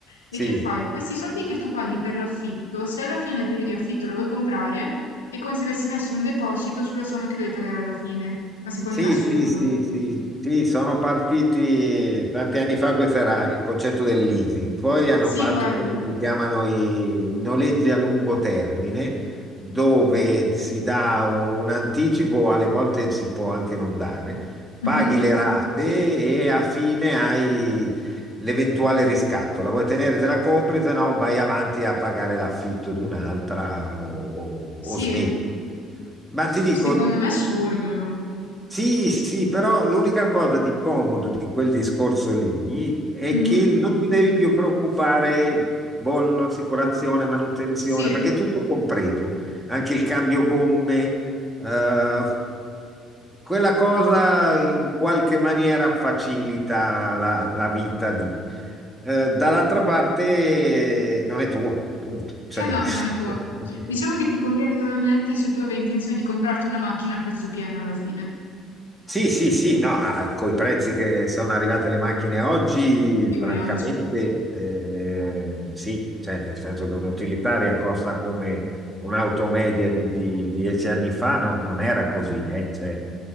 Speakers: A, on the left; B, in the centre.
A: E
B: sì,
A: che fai? Questi soldi che tu paghi per l'affitto, se alla fine del periodo di affitto la vuoi comprare, è come se avessi messo un deposito sulla somma che devi pagare alla fine. Ma secondo
B: Sì,
A: me è assurdo.
B: sì, sì, sì, sì, sono partiti tanti anni fa, questo era il concetto del leasing, poi hanno
A: Sì,
B: fatto
A: quello.
B: quelli che chiamano i noleggi a lungo termine, dove si dà un anticipo, alle volte si può anche non dare, paghi
A: Mhm.
B: le rate e a fine hai l'eventuale riscatto, la vuoi tenere, te la compri, se no vai avanti a pagare l'affitto di un'altra o,
A: Sì,
B: o o smetti. Ma ti dico,
A: secondo me è assurdo, no?
B: sì, sì, però l'unica cosa di comodo di quel discorso lì è
A: Mhm.
B: che non ti devi più preoccupare bollo, assicurazione, manutenzione,
A: Sì.
B: perché è tutto compreso, anche il cambio gomme, eh, quella cosa in qualche maniera facilita la, la vita di. Eh, dall'altra parte eh, non è tua, punto. Cioè,
A: Eh no, non è tua.
B: <laughs>
A: Diciamo che ti conviene solamente se tu avevi intenzione di comprarti una macchina a prezzo pieno alla fine,
B: Sì, sì, sì, no, ah, coi prezzi che sono arrivate le macchine oggi,
A: figuriamoci.
B: francamente, eh, sì, cioè, nel senso che un'utilitaria costa come un'auto media di, di dieci anni fa, non, non era così, eh, cioè,